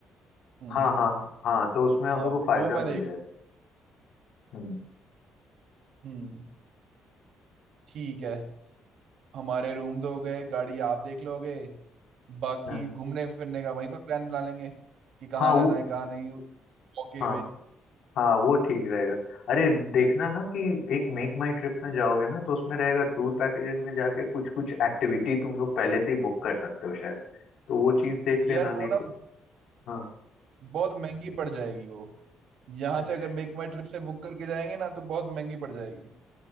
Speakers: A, on the right; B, on the left.
A: हम्म हम्म,
B: हाँ
A: हम्म।
B: हाँ हाँ तो उसमें हम
A: हाँ
B: लोग को फायदा
A: वो मैं
B: मिल
A: देख
B: जाएगा हम्म
A: हम्म ठीक है हमारे रूम्स हो गए गाड़ी आप देख लोगे बाकी
B: हाँ
A: घूमने फिरने का वहीं पर प्लान बना लेंगे कि कहाँ
B: हाँ, वो
A: जाना है कहाँ नहीं ओके
B: हाँ
A: वे
B: हाँ वो ठीक रहेगा अरे देखना ना कि एक मेक माई ट्रिप में जाओगे ना तो उसमें रहेगा टूर पैकेजेस में जाके कुछ कुछ एक्टिविटी तुम लोग पहले से ही बुक कर सकते हो शायद तो वो चीज देख
A: यार
B: लेना नहीं
A: वो
B: तो
A: ना
B: हाँ
A: बहुत महंगी पड़ जाएगी वो यहाँ
B: अच्छा
A: से अगर मेक माई ट्रिप से बुक करके जाएंगे ना तो बहुत महंगी पड़ जाएगी